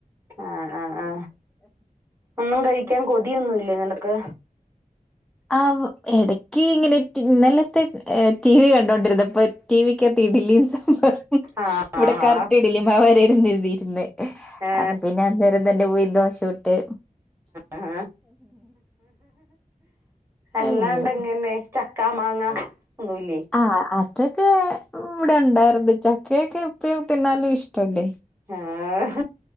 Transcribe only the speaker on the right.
ആ ആ ആ ഒന്നും കഴിക്കാൻ കൊതിയൊന്നുംല്ലേ നിനക്ക്
ആ
ആ
ഏ
ആഹ അല്ലാണ്ടങ്ങനെ
ചക്കാ മാങ്ങ ഒന്നുല്ലേ
ആഹ